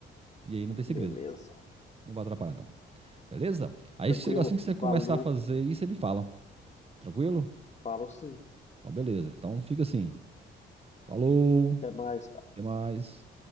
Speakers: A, on the right; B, on the left.
A: E aí não tem segredo.
B: Beleza.
A: Não vai atrapalhar, não. Beleza? Aí
B: Tranquilo.
A: você- assim que você
B: Valeu.
A: começar a fazer isso, você me fala. Tranquilo?
B: Falo sim.
A: Então, beleza. Então fica assim. Falou.
B: Até mais, cara.
A: Até mais.